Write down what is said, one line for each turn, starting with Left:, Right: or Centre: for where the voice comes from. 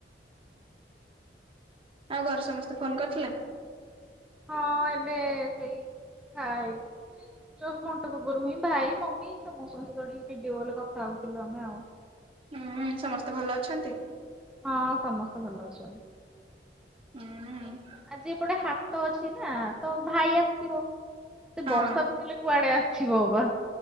Right: ଆଉ ଘରେ ସମସ୍ତେ ଫୋନ କରିଥିଲେ?
Centre: ହଁ ଏବେ ସେଇ ଖାଇବ। ଜଷ୍ଟ୍ ଘଣ୍ଟ ପୂର୍ବରୁ ହିଁ ଭାଇ ମମି ସମସ୍ତଙ୍କ ସହିତ ଟିକେ ଭିଡିଓ କଲରେ କଥା ହଉଥିଲୁ ଆମେ ଆଉ।
Right: ହୁଁ ସମସ୍ତେ ଭଲ ଅଛନ୍ତି?
Centre: ହଁ ସମସ୍ତେ ଭଲ ଅଛନ୍ତି।
Right: ହୁଁ।
Centre: ଆଉ ଏଯଟେ ହାଟ ଅଛି ନା ତ ଭାଇ ଆସିଥିବ ସେ
Right: ହଁ
Centre: ବର୍ଷା ପକେଇଲେ କୁଆଡେ ଆସିବ ବା।